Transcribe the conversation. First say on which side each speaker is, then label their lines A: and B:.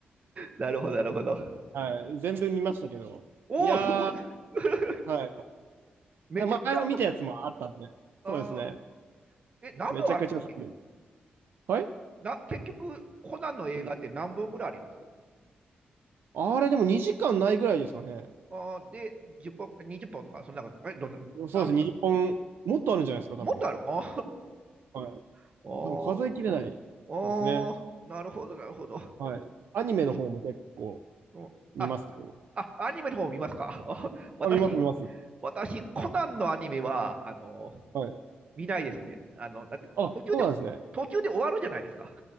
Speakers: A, on the right; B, on the right.
A: なるほど、なるほど。
B: はい。全部見ましたけど。
A: おお、
B: いや
A: すごい。<laughs>
B: ー、はい。
A: めちゃめちゃあります。
B: で前も見たやつもあったんで、
A: あ
B: そうですね。
A: ーえ、何本あるんですか、
B: めちゃくちゃ好きです。
A: 結局。
B: はい
A: な結局、コナンの映画って何本ぐらいあります
B: うん。あれ、でも2時間ないぐらいですかね。
A: あーで、10本、20本とか、そんなこと。え、どんな、
B: そうですね、
A: なん
B: 20本、もっとあるんじゃないですか、多分。
A: もっとあるの
B: はい。
A: <laughs> おー、
B: 多分数えきれないですね。
A: おー、なるほど、なるほど。
B: はい。アニメの方も結構
A: うんあ、
B: 見ますけど。
A: あ、アニメの方見ますかあ <laughs> 私、
B: あ、見ます、見ます。
A: 私、コナンのアニメは、あの、
B: はい。
A: 見ないですね。あの、だって、
B: あ、
A: 途中で、
B: そうなんですね。
A: 途中で終わるじゃないですか。